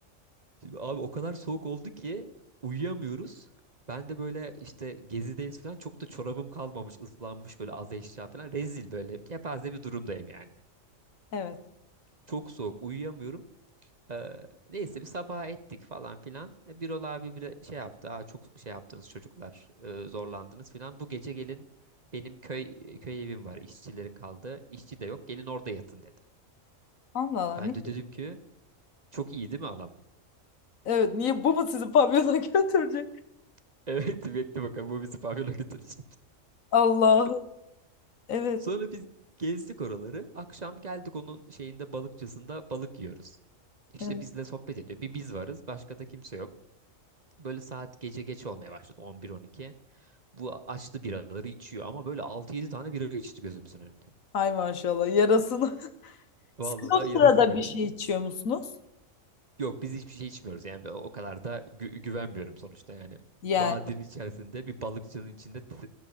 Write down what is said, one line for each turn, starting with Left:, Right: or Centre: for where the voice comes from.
Right: Şimdi abi o kadar soğuk oldu ki uyuyamıyoruz. Ben de böyle işte gezideyiz falan çok da çorabım kalmamış ıslanmış böyle az eşya falan rezil böyle kepaze bir durumdayım yani.
Left: Evet.
Right: Çok soğuk uyuyamıyorum. Ee, neyse bir sabaha ettik falan filan. E, Birol abi bir şey yaptı. Aa, çok şey yaptınız çocuklar e, zorlandınız filan. Bu gece gelin benim köy köy evim var işçilerin kaldığı. İşçi de yok gelin orada yatın dedi.
Left: Allah Allah.
Right: Ben
Left: Ni-
Right: de dedim ki çok iyi değil mi adam?
Left: evet niye bu mu sizi pavyona <laughs> götürecek?
Right: <laughs> Evet bekle bakalım bu bizi pavyona götürecek.
Left: Allah'ım. Evet.
Right: Sonra biz gezdik oraları. Akşam geldik onun şeyinde balıkçısında balık yiyoruz. İşte
Left: Evet.
Right: bizle sohbet ediyor. Bir biz varız. Başka da kimse yok. Böyle saat gece geç olmaya başladı. 11-12. Bu açtı biraları içiyor. Ama böyle 6-7 tane bira içti gözümüzün önünde.
Left: Hay maşallah yarasını. <laughs>
Right: Vallahi
Left: Siz o sırada
Right: yarasın yani.
Left: bir şey içiyor musunuz?
Right: Yok biz hiçbir şey içmiyoruz. Yani ben o kadar da gü- güvenmiyorum sonuçta yani.
Left: Yani
Right: Vadinin içerisinde bir balıkçının içinde t-